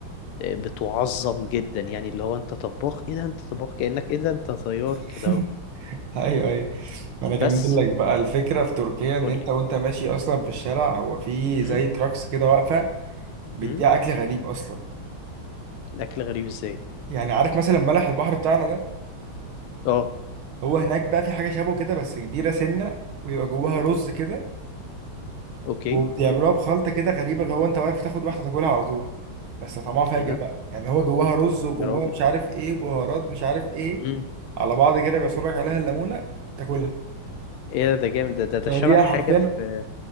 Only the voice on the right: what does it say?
<laughs>
ايوه ايوه ما انا اكمل
لك بقى الفكره في تركيا ان
انت وانت ماشي اصلا في الشارع هو في
زي تراكس كده واقفه بتبيع
اكل غريب اصلا
يعني عارف مثلا بلح البحر بتاعنا ده
هو هناك بقى في حاجه شبه كده بس كبيره سنه ويبقى جواها رز كده
وبيعملوها بخلطة كده غريبة اللي هو انت واقف تاخد واحدة تاكلها على طول بس طعمها فاجر
بقى يعني هو جواها رز وجواها
مش عارف ايه وبهارات مش عارف ايه
على بعض كده بيعصر لك عليها الليمونة تاكلها
يعني
دي
حرفيا